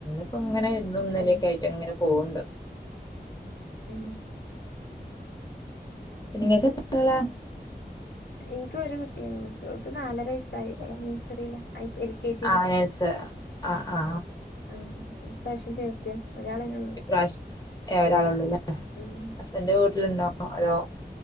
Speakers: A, on the left; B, on the left.
A: ഇപ്പ ഇങ്ങനെ ഇന്നും ഇന്നലൊക്കെ
B: ഉം
A: ആയിട്ട്ങ്ങനെ പോവ്ണ്ട്
B: ഉം ഉം
A: ഇങ്ങക്കെത്രാളാ
B: എനിക്ക് ഒരു കുട്ടിയെന്നെള്ളു ഓക്ക് നാലാ വയസായി നഴ്സറിയില എൽ കെ ജിയില
A: ആ നേഴ്സ് ആ ആ
B: ആഹ് ഇപ്രാവശ്യം ചേർത്തിയ ഒരാളന്നെള്ളു
A: ഇപ്രാശ്യം ഒരാള് ഉള്ളൂല്ലേ
B: ഉം
A: ഹസ്ബന്റ് വീട്ടിലുണ്ടോ അതോ?